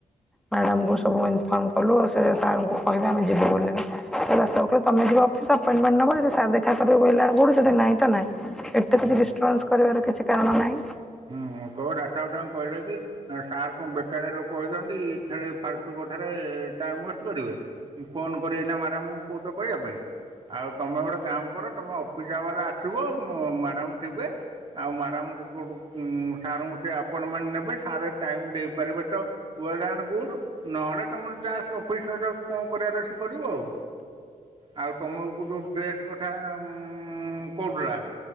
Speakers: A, in the centre; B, on the right.
A: ମ୍ୟାଡାମଙ୍କୁ ସବୁ ଇନଫର୍ମ କଲୁ ଆଉ ସାର ଙ୍କୁ କହିବେ ଆମେ ଯିବୁ ବୋଲି କ ତମେ ଯିବ ଅଫିସ ଏପପେନମେଣ୍ଟ ନବ ଯଦି ସାର୍ ଦେଖା କରିବା ବୋଇଲେ <unintelligible> ନା ଏତେ
B: ହୁଁ
A: କିଛି ଡିଷ୍ଟନାମନ୍ସ କରିବାର କିଛି କାରଣ ନାହିଁ।
B: ହୁଁ କୋଉଟା ଆସ ଗୋଟା କହିଲେ କି ସାର୍ କଣ ବେକାରିଆ ଲୋକ ହେଇଛନ୍ତି ଇଏ ଖେ ଫାଲତୁ କଥାରେ ଟାଇମ୍ ୱେଷ୍ଟ କରିବେ ଫୋନ କରିବେନା ମ୍ୟାଡ଼ାମ କହୁଛ କହିବା ପାଇଁ। ଆଉ ତମେ ଗୋଟେ କାମ କର ତମେ ଅଫିସ ହୋର୍ ଆସିବ ମଡ଼ାମ ଥିବେ, ଆଉ ମ୍ୟାଡ଼ାମ <unintelligible> ଉଁ! ସାର୍ ଙ୍କୁ ସେ ଆପଣ୍ଟମେଣ୍ଟ ନେବେ ସାର୍ ଟାଇମ୍ ଦେଇପାରିବେ ତ ୱେଲ ଆଣ୍ଡ ଗୁଡ୍। ଥରେ ତମର ଯା ଅଫିସ କଣ କରିବାର ସେ କରିବ ଆଉ? ଆଉ ତମକୁ ଯୋଉ ଡ୍ରେସ୍ କଥା ଉଁ କୋଉଥିଲା?